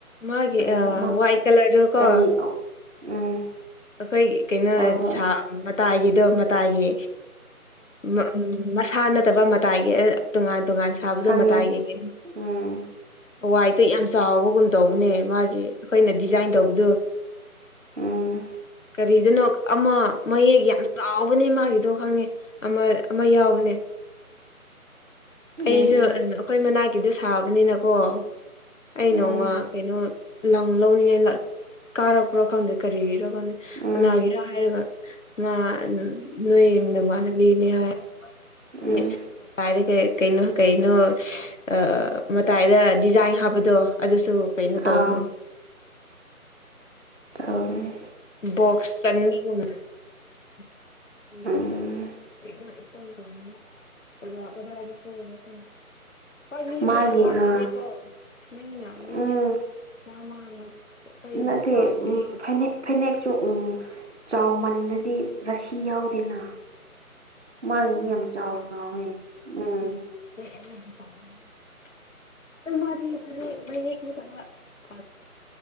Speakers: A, on the left (about 60°); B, on the right (about 50°).
A: ꯃꯥꯒꯤ
B: ꯀꯔꯤꯅꯣ
A: ꯑ
B: ꯑꯃ
A: ꯋꯥꯏꯠ ꯀꯂꯔꯗꯨ ꯀꯣ
B: ꯀꯔꯤ ꯎꯝ
A: ꯑꯩꯈꯣꯏ ꯀꯩꯅꯣ
B: ꯍꯣꯏ ꯍꯣꯏ
A: ꯁꯥ ꯃꯇꯥꯏꯒꯤꯗꯣ ꯃꯇꯥꯏꯒꯤ ꯎꯝ ꯃꯁꯥ ꯅꯠꯇꯕ ꯃꯇꯥꯏꯒꯤ ꯇꯣꯉꯥꯟ ꯇꯣꯉꯥꯟ ꯁꯥꯕꯗꯨ
B: ꯈꯪꯉꯦ
A: ꯃꯇꯥꯏꯒꯤ ꯀꯩꯅꯣ
B: ꯎꯝ
A: ꯋꯥꯏꯠꯇꯣ ꯌꯥꯝ ꯆꯥꯎꯕꯒꯨꯝ ꯇꯧꯕꯅꯦ ꯃꯥꯒꯤ ꯑꯩꯈꯣꯏꯅ ꯗꯤꯖꯥꯏꯟ ꯇꯧꯕꯗꯨ
B: ꯎꯝ
A: ꯀꯔꯤꯗꯅꯣ ꯑꯃ ꯃꯌꯦꯛ ꯌꯥꯝ ꯆꯥꯎꯕꯅꯦ ꯃꯥꯒꯤꯗꯣ ꯈꯪꯉꯦ ꯑꯃ ꯑꯃ ꯌꯥꯎꯕꯅꯦ
B: ꯎꯝ
A: ꯑꯩꯁꯨ ꯑꯩꯈꯣꯏ ꯃꯅꯥꯛꯀꯤꯗꯨ ꯁꯥꯕꯅꯤꯅꯀꯣ ꯑꯩ
B: ꯎꯝ
A: ꯅꯣꯡꯃ ꯀꯩꯅꯣ ꯂꯪ ꯂꯧꯅꯤꯡꯉꯥꯏ ꯂꯥꯛ ꯀꯥꯔꯛꯄ꯭ꯔꯣ ꯈꯪꯗꯦ ꯀꯔꯤꯒꯤꯔꯣ ꯈꯪꯗꯦ
B: ꯎꯝ
A: ꯀꯅꯥꯒꯤꯔ ꯍꯥꯏꯔꯒ ꯃꯥ ꯅꯣꯏ ꯅꯃꯥꯟꯅꯕꯤꯅꯦ ꯍꯥꯏ
B: ꯎꯝ
A: <unintelligible> ꯇꯥꯏꯔꯒꯦ ꯀꯩꯅꯣ ꯀꯩꯅꯣ ꯑ ꯃꯇꯥꯏꯗ ꯗꯤꯖꯥꯏꯟ ꯍꯥꯞꯄꯗꯣ ꯑꯗꯨꯁꯨ ꯀꯩꯅꯣ ꯇꯧꯅꯤ
B: ꯑꯥ ꯆꯥꯎꯕꯅꯦ
A: ꯕꯣꯛꯁ ꯆꯅꯤꯒꯨꯝ <unintelligible>
B: ꯎꯝ
A: <unintelligible> ꯀꯗꯥꯏꯗ ꯁꯣꯏꯔꯤꯅꯣ ꯈꯪꯗꯦ ꯍꯣꯏ ꯃꯤꯒꯤ
B: ꯃꯥꯒꯤ
A: ꯑꯄꯥꯝꯕꯅꯦꯀꯣ
B: ꯑꯥ
A: ꯃꯤꯅ ꯃꯤ
B: ꯎꯝ
A: <unintelligible>
B: ꯅꯠꯇꯦ
A: ꯄꯥꯕꯅꯦ
B: ꯎꯝ ꯐꯅꯦꯛ ꯐꯩꯅꯦꯛꯁꯨ ꯎꯝ ꯆꯥꯎꯃꯜꯂꯗꯤ ꯔꯥꯁꯤ ꯌꯥꯎꯗꯦꯅ ꯃꯥꯒꯤꯗꯤ ꯌꯥꯝ ꯆꯥꯎ ꯆꯥꯎꯋꯦ ꯎꯝ
A: <unintelligible> ꯑꯗꯨ ꯃꯥꯗꯤ ꯐꯅꯦꯛ ꯃꯌꯦꯛ ꯅꯠꯇꯕ <unintelligible>